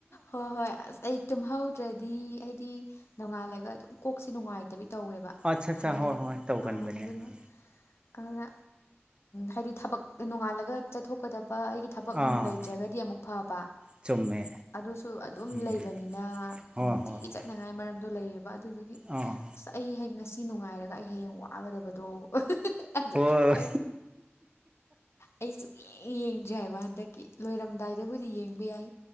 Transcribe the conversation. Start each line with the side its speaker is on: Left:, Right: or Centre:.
Left: ꯍꯣꯏ ꯍꯣꯏ ꯑꯁ ꯑꯩ ꯇꯨꯝꯍꯧꯗ꯭ꯔꯗꯤ ꯍꯥꯏꯗꯤ ꯅꯣꯡꯉꯥꯜꯂꯒ ꯑꯗꯨꯝ ꯀꯣꯛꯁꯦ ꯅꯨꯡꯉꯥꯏꯇꯕꯤ ꯇꯧꯋꯦꯕ
Right: ꯑꯆꯥ ꯑꯆꯥ
Left: ꯐꯖꯅ
Right: ꯍꯣꯏ ꯍꯣꯏ ꯇꯧꯀꯥꯟꯕꯅꯤ
Left: ꯑꯥ ꯑꯗꯨꯅ
Right: ꯎꯝ
Left: ꯑꯗꯨꯅ ꯍꯥꯏꯗꯤ ꯊꯕꯛ ꯅꯣꯡꯉꯥꯜꯂꯒ ꯆꯠꯊꯣꯛꯀꯗꯕ ꯑꯩꯒꯤ ꯊꯕꯛ
Right: ꯑꯥ
Left: ꯅꯨꯡ ꯂꯩꯇ꯭ꯔꯒꯗꯤ ꯑꯃꯨꯛ ꯐꯕ
Right: ꯆꯨꯝꯃꯦ
Left: ꯑꯗꯨꯁꯨ ꯑꯗꯨꯝ
Right: ꯎꯝ
Left: ꯂꯩꯕꯅꯤꯅ
Right: ꯍꯣꯏ
Left: ꯅꯨꯡꯇꯤꯒꯤ
Right: ꯍꯣꯏ ꯍꯣꯏ
Left: ꯆꯠꯅꯉꯥꯏ ꯃꯔꯝꯗꯣ ꯂꯩꯌꯦꯕ ꯑꯗꯨꯗꯨꯒꯤ
Right: ꯑꯥ
Left: ꯑꯁ ꯑꯩ ꯍꯌꯦ ꯉꯁꯤ ꯅꯨꯡꯉꯥꯏꯔꯒ ꯑꯩ ꯍꯌꯦꯡ ꯋꯥꯒꯗꯕꯗꯣ ꯑꯗꯨ
Right: ꯍꯣꯏ
Left: ꯈꯜꯂꯒꯦ ꯑꯩ ꯁꯨꯛ ꯌꯦꯡ ꯌꯦꯡꯗ꯭ꯔꯤꯦ ꯍꯥꯏꯕ ꯍꯟꯗꯛꯀꯤ ꯂꯣꯏꯔꯝꯗꯥꯏꯗꯕꯨꯗꯤ ꯌꯦꯡꯕ ꯌꯥꯏ